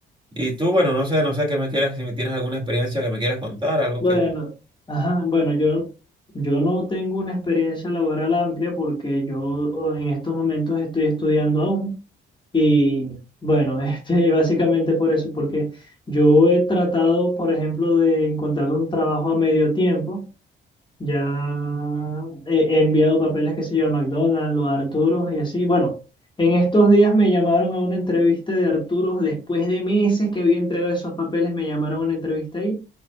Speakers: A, on the right (about 25°); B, on the left (about 25°).
A: Y tú, bueno, no sé, no sé qué me quieras, si me tienes alguna experiencia que me quieras contar, algo
B: bueno,
A: que...
B: ajá, bueno, yo, yo no tengo una experiencia laboral amplia porque yo eh, en estos momentos estoy estudiando aún y bueno, <laughs> este, básicamente por eso, porque yo he tratado, por ejemplo, de encontrar un trabajo a medio tiempo Ya he he enviado papeles, que se yo, a McDonald's o a Arturos y así. Bueno, en estos días me llamaron a una entrevista de Arturos. Después de meses que había entregado esos papeles, me llamaron a una entrevista ahí.